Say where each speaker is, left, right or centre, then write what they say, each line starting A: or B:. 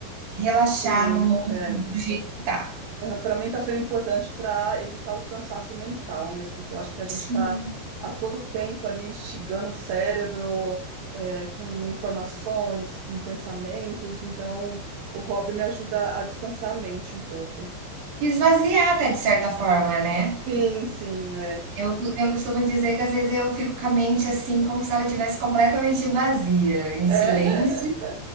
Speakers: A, on the right; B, on the right.
A: relaxar
B: Sim,
A: no mundo
B: é.
A: do jeito que tá.
B: Para mim está sendo importante para evitar o cansaço mental, né? Porque eu acho que a gente
A: Sim.
B: está a todo tempo ali instigando o cérebro eh, com informações, com pensamentos. Então, o hobby me ajuda a descansar a mente um pouco.
A: Esvaziar até de certa forma, né?
B: Sim, sim, é.
A: Eu, eu costumo dizer que às vezes eu fico com a mente assim, como se ela estivesse completamente vazia, em
B: É,
A: silêncio,
B: <laughs>